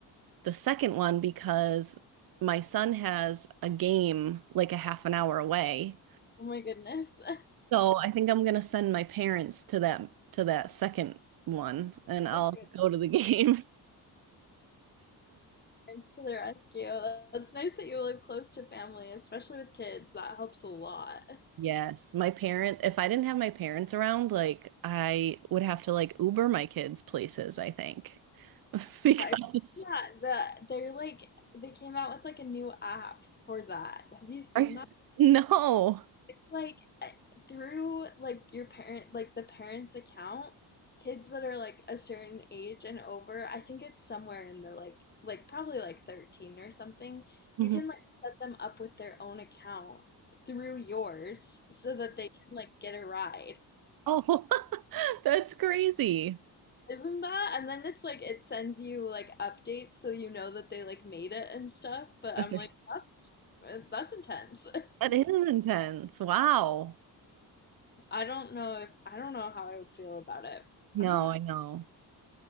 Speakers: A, on the right; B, on the left.
A: the second one because my son has a game like a half an hour away.
B: Oh my goodness. <laughs> That's
A: So I think I'm gonna send my parents to that to that second one and I'll
B: like
A: go to the game. <laughs>
B: parents to the rescue. That's nice that you live close to family, especially with kids. That helps a lot.
A: Yes, my parent, if I didn't have my parents around, like I would have to like Uber my kids places, I think. <laughs> Because
B: I- yeah, the they're like they came out with like a new app for that. Have you seen
A: Are you- no.
B: It's like uh, through like your parent, like the parents' account, kids that are like a certain age and over, I think it's somewhere in the like like probably like 13 or something.
A: Mhm.
B: You can like set them up with their own account through yours so that they can like get a ride.
A: Oh, <laughs> that's crazy.
B: Isn't that? And then it's like it sends you like updates so you know that they like made it and stuff, but I'm
A: That
B: like that's eh, that's intense. <laughs>
A: is intense. Wow.
B: I don't know if I don't know how I would feel about it.
A: No,
B: I don't know.
A: I know.